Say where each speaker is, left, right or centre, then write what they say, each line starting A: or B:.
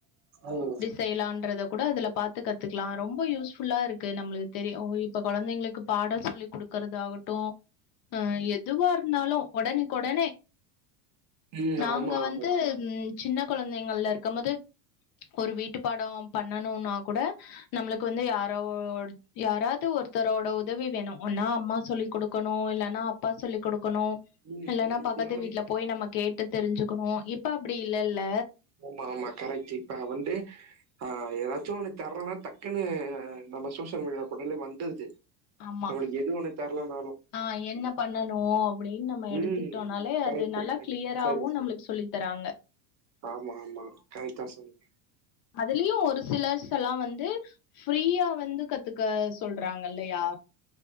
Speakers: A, on the right; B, on the left.
A: ம்
B: செய்யலான்றத கூட அதுல பாத்து கத்துகலா ரொம்ப யூஸ்ஃபுல்லா இருக்கு நம்மளுக்கு தெரியும் இப்போ கொழந்தைங்களுக்கு பாடோ சொல்லி க்கறதாகட்டு அ எதுவா இருந்தாலு உடனக் உடனே
A: ம்
B: நாங்க
A: ஆமா ஆமா
B: வந்து சின்ன கொழந்தைங்கள்ல இருக்கம் போது ஒரு வீட்டு பாடோ பண்ணனுனா கூட நம்ளுக்கு வந்து யாராவ யாராவது ஒருத்தரோட உதவி வேணு ஒன்னா அம்மா சொல்லி குடுக்கணு இல்லன்னா அப்பா சொல்லி குடுக்கணு
A: ம்
B: இல்லன்னா பக்கத்து
A: ம் ஆனா
B: வீட்ல
A: இப்
B: போய் நம்ம கேட்டு தெரிஞ்சுக்கணு இப்ப அப்டி இல்லல்ல
A: ஓமா ஆமா கரெக்ட்டு இப்ப வந்து ஆ எதாச்சு ஒன்னு தர்லனா தக்குன்னு நம்ம சோசியல் மீடியாவ போட்டாலே வந்துருது
B: ஆமா
A: நம்ளுக்கு எது ஒன்னு தெர்லனா
B: ஆ என்ன பண்ணனு அப்டின் நம்ம எடுத்துக்கிட்டோனாலே
A: ம் கரெக்ட்
B: அது நல்லா
A: கரெக்ட்
B: கிளியராவு
A: சரி சரி
B: நம்ளுக் சொல்லி தராங்க
A: ஆமா ஆமா கரெக்ட்டா சொன்னீங்க
B: அதுலயு ஒரு சிலர்ஸ்சல்லா வந்து ஃப்ரீயா வந்து கத்துக்க சொல்றாங்கல்லயா